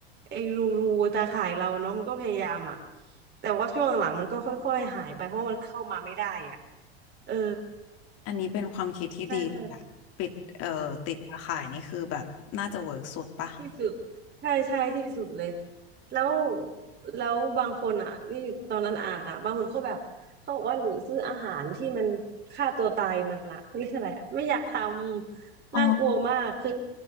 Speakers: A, on the right; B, on the left.
A: ไอ้รูรูตาข่ายเราเนาะมันก็พยายามอ่ะแต่ว่าช่วงหลังมันก็ค่อยๆหายไปเพราะมันเข้ามาไม่ได้อ่ะเออ
B: อันนี้เป็นความคิดที่ดีอะปิดเอ่อติดตาข่ายนี่คือแบบน่าจะเวิร์กสุดปะ
A: ใช่ใช่ ที่สุดใช่ใช่ที่สุดเลยแล้วแล้วบางคนอ่ะนี่ตอนนั้นอ่านอ่ะบางคนเขาแบบเขาบอกว่าหรือซื้ออาหารที่มันฆ่าตัวตายมันอ่ะเขาเรียกอะไรอ่ะไม่อยากทำน่ากลัวมากคือ
B: อ๋อ